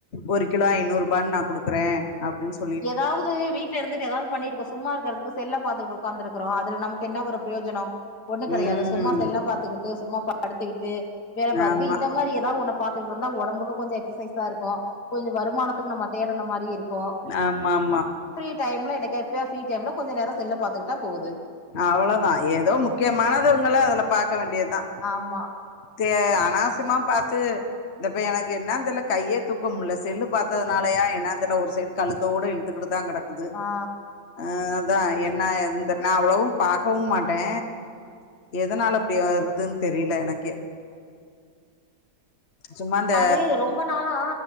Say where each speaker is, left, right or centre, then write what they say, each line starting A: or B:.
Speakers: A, on the left; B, on the left.
A: ஒரு கிலோ ஐநூறு ரூபான்னு நா குடுக் குறே அப்டின் சு
B: எதாவது வீட் வீட்ல இருந்துட்டு எதாவது பண்ணிருக்கோ சும்மா இருக்றதுக்கு செல்ல பாத்துட்டு ஒக்காந்துருக்குறோ அதுல நமக்கு என்ன ஒரு பிரயோஜனோ ஒண்ணு கெடையாது
A: ம்
B: சும்மா செல்ல பாத்து கிட்டு சும்மா படுத்துக்கிட்டு வேல பாருக்கூ
A: ஆமா
B: இந்த மாரி எதா ஒன்ன பாத் துட்ருந்தா ஒடம்புக்கு கொஞ்சொ எக்சசைஸா இருக்கு கொஞ்சொ வருமானத்துக்கு நம்ம தேடுன மாரி இருக்கு
A: ஆமாமா
B: ஃப்ரீ டைம்ல என்னைக்காச்சு ஃப்ரீ டைம்ல கொஞ்சொ நேரோ செல்ல பாத்துக்கிட்டா போவுது
A: அவ்வளொதா ஏதோ முக்கியமானதுருங்கள அதுல பாக்க வேண்டியதா
B: ஆமா
A: தே அனாசியமா பாத்து இந்தப்பெ எனக்கு என்னான் தெர்ல கையே தூக்க முட்ல செல்லு பாத்ததுனாலையா என்னான் தெரில ஒரு சைடு கழுத்தோட இழுத்துக்கிட்டு தா கெடக் குது
B: ஆ
A: ஆ அதா என்ன ஏதுன் தெர் நா அவ்வளவு பாக்கவு மாட்டே
B: ம்
A: எதனால அப்டி வருதுன் தெரியல எனக்கே சும்மா அந்த
B: அது ரொம்ப நாளா